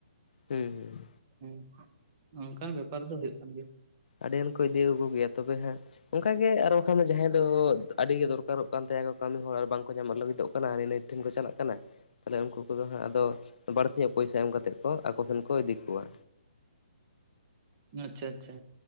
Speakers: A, on the left; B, on the right.
A: <inaudible> ᱦᱮᱸ ᱦᱮᱸ
B: ᱦᱮᱸ ᱚᱱᱠᱟᱱ <unintelligible> ᱵᱮᱯᱟᱨ ᱫᱚ ᱦᱩᱭᱩᱜ ᱠᱟᱱ ᱜᱮᱭᱟ
A: ᱟᱹᱰᱤ ᱜᱟᱱ ᱠᱚ ᱤᱫᱤ ᱠᱚ ᱜᱮᱭᱟ ᱛᱚᱵᱮ ᱦᱮᱸ, ᱚᱱᱠᱟᱜ ᱜᱮ ᱟᱨ ᱵᱟᱝᱠᱷᱟᱱ ᱫᱚ ᱡᱟᱦᱟᱸᱭ ᱫᱚ ᱟᱹᱰᱤᱜ ᱫᱚᱨᱠᱟᱨᱚᱜ ᱠᱟᱱ ᱛᱟᱭᱟᱠᱚ ᱠᱟᱹᱢᱤ ᱦᱚᱲ ᱟᱨ ᱵᱟᱝᱠᱚ ᱧᱟᱢᱚᱜ ᱞᱟᱹᱜᱤᱫᱚᱜ ᱠᱟᱱᱟ ᱱᱱᱟᱹ ᱴᱷᱮᱱ ᱠᱚ ᱪᱟᱞᱟᱜ ᱠᱟᱱᱟ, ᱛᱟᱦᱚᱞᱮ ᱩᱱᱠᱩ ᱠᱚᱫᱚ ᱦᱟᱸᱜ ᱟᱫᱚ ᱵᱟᱹᱲᱛᱤ ᱧᱚᱜ ᱯᱚᱭᱥᱟ ᱮᱢ ᱠᱟᱛᱮᱫ ᱠᱚ ᱟᱠᱚ ᱥᱮᱱ ᱠᱚ ᱤᱫᱤ ᱠᱚᱣᱟ᱾
B: ᱟᱪᱪᱷᱟ ᱟᱪᱪᱷᱟ,